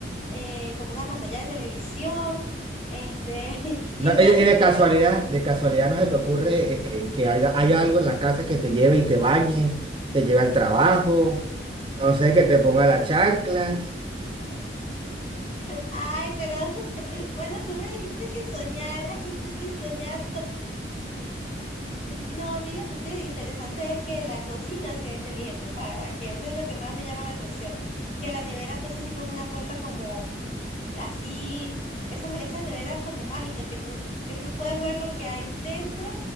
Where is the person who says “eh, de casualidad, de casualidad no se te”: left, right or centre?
Right